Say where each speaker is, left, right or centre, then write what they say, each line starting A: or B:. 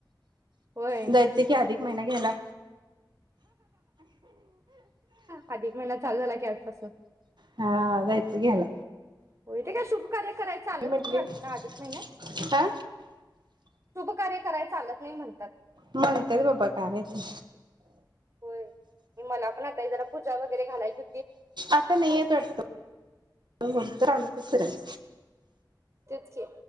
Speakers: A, on the right; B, on the right.
A: होय.
B: दय की अधिक महिना घ्यायला
A: अधिक महिना चालू झाला कॅल्पस
B: हा जायचं घ्याला
A: हो का शुभ कार्य करायचं आलं
B: म्हटलेली
A: त वाटत ना अधिक महिन्यात,
B: हा
A: शुभ कार्य करायचं आलं नाही म्हणतात
B: मरतेत बाबा का यकी
A: होय म मला जरा पूजा वगैरे घालाची
B: आता नाही येत वाटतो <unintelligible> फिरायच
A: तेच की